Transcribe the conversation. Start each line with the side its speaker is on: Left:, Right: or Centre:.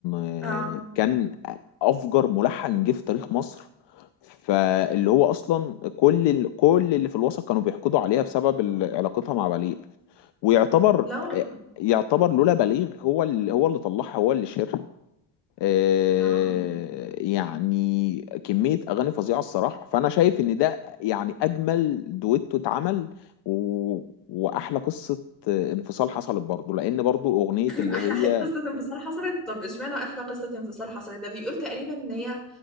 Left: آه،
Centre: اه
Left: كان افجر ملحن جه في تاريخ مصر فاللي هو اصلا كل ال- كل اللي في الوسط كانوا بيحقدوا عليها بسبب ال- علاقتها مع بليغ ويعتبر
Centre: لا
Left: يعتبر لولا بليغ هو اللي هو اللي طلعها هو اللي شهرها آه،
Centre: آه.
Left: يعني كمية أغاني فظيعة الصراحة فأنا شايف إن ده يعني أجمل دويتو اتعمل و... وأحلى قصة آه، انفصال حصلت برضه لأن برضه أغنية اللي
Centre: احلى
Left: هي
Centre: ح- قصه انفصال حصلت طب اشمعنى احلى قصه انفصال حصلت ده بيقول تقريبا ان هي